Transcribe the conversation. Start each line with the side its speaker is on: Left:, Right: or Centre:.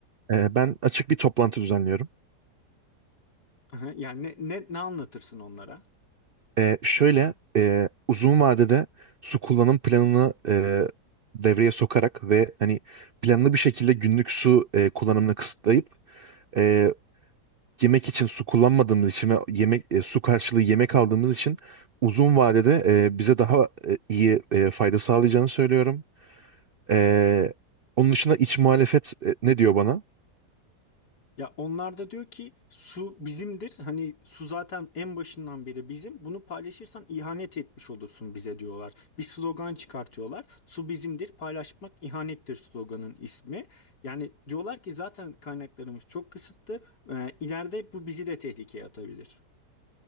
Right: Ee, ben açık bir toplantı düzenliyorum.
Left: <laughs> Yani ne, ne, ne anlatırsın onlara?
Right: E, şöyle e, uzun vadede su kullanım planını e, devreye sokarak ve hani planlı bir şekilde günlük su e, kullanımını kısıtlayıp e, yemek için su kullanmadığımız için ve yemek e, su karşılığı yemek aldığımız için uzun vadede e, bize daha e, iyi e, fayda sağlayacağını söylüyorum. E, onun dışında iç muhalefet e, ne diyor bana?
Left: Ya onlar da diyor ki su bizimdir. Hani su zaten en başından beri bizim. Bunu paylaşırsan ihanet etmiş olursun bize diyorlar. Bir slogan çıkartıyorlar. Su bizimdir, paylaşmak ihanettir sloganın ismi. Yani diyorlar ki zaten kaynaklarımız çok kısıtlı. Ee, ileride bu bizi de tehlikeye atabilir.